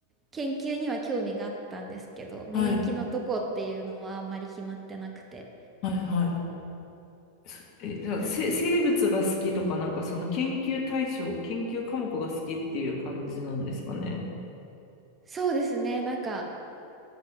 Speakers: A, on the right; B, on the left.
A: 研究には興味があったんですけど、免疫のどこっていうのはあんまり決まってなくて。
B: はい、はい、はい。そえ、じゃあ、
A: なん
B: せ、生物が好きとか、なんかその研究対象、研究科目が好きっていう感じなんですかね。
A: そうですね、なんか、